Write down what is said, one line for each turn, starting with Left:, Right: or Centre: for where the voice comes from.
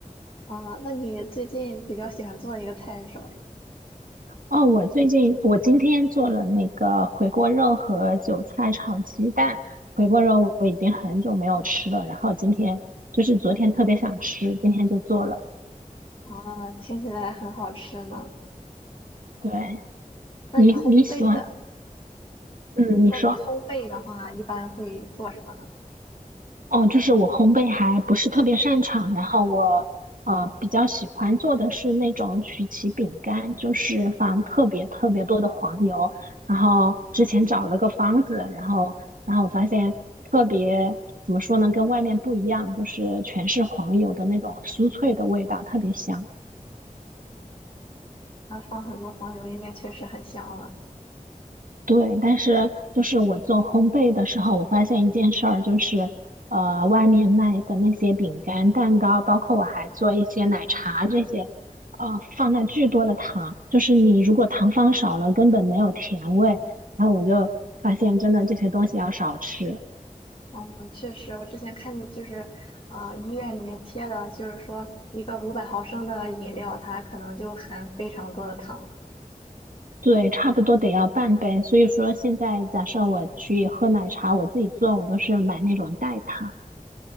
Left: 啊，那你最近比较喜欢做的一个菜是什么呀？
Right: 哦，我最近我今天做了那个回锅肉和韭菜炒鸡蛋。回锅肉我已经很久没有吃了，然后今天就是昨天特别想吃，今天就做了。
Left: 啊，听起来很好吃呢。
Right: 对，
Left: 那你烘焙的，
Right: 你你喜欢？嗯，你说。
Left: 那你烘焙的话，一般会做什么呢？
Right: 哦，就是我烘焙还不是特别擅长，然后我呃比较喜欢做的是那种曲奇饼干，就是放特别特别多的黄油，然后之前找了个方子，然后然后我发现特别怎么说呢，跟外面不一样，就是全是黄油的那种酥脆的味道，特别香。
Left: 那放很多黄油，应该确实很香了。
Right: 对，但是就是我做烘焙的时候，我发现一件事儿，就是呃，外面卖的那些饼干、蛋糕，包括我还做一些奶茶这些，呃，放了巨多的糖，就是你如果糖放少了，根本没有甜味。然后我就发现，真的这些东西要少吃，
Left: 嗯，确实，我之前看见就是，啊，医院里面贴的，就是说一个五百毫升的饮料，它可能就含非常多的糖。
Right: 对，差不多得要半杯。所以说，现在假设我去喝奶茶，我自己做，我都是买那种代糖。